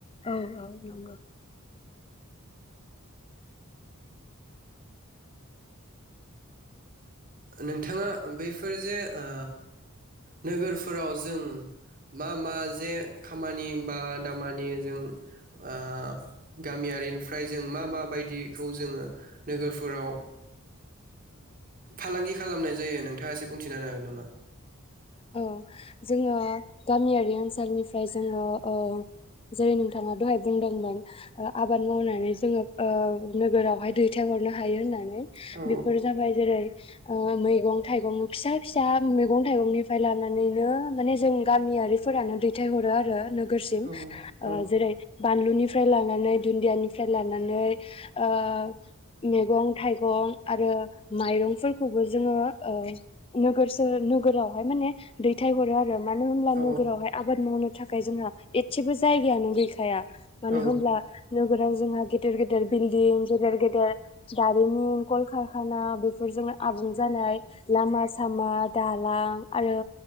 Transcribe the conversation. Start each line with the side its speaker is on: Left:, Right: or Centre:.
Left: औ औ नंगौ।
Right: नोंथाङा बैफोर जे ओ नोगोरफोराव जों मा मा जे खामानि बा दामानि जों ओ गामियारिनिफ्राय जों मा मा बायदि खौ जोङो नोगोरफोराव ओ फालांगि खालामनाय जायो नों थांआ एसे बुंथिना होनो हागोन नामा?
Left: औ जोङो गामियारि ओनसोलनिफ्राय जोङो ओ जेरै नोंथाङा दहाय बुंदोंमोन ओ आबाद मावनानै जोङो ओ नोगोरावहाय दैथायहरनो हायो होननानै।
Right: औ
Left: बेफोर जाबाय जेरै ओ मैगं थाइगं फिसा फिसा मैगं थाइगंनि फ्राय लानानैनो माने जों गामियारिफोरानो दैथायहरो आरो। नोगोरसिम
Right: औ औ
Left: जेरै बानलुनि निफ्राय लानानै दुन्दियानिफ्राय लानानै ओ मैगं थाइगं आरो माइरंफोरखौबो जोङो ओ नोगोर सोहोर नोगोराव ओमफ्राय माने दैथाय हरो आरो। मानो होनब्ला
Right: औ
Left: नोगोरावहाय आबाद मावनो थाखाय जोंहा एसेबो जायगायानो गैखाया। मानो
Right: औ
Left: हमब्ला नों फोराव जोंहा गेदेर गेदेर बिल्दिं गेदेर गेदेर दारिमिन कलकारखाना बेफोरजों आबुं जानाय लामा सामा दालां आरो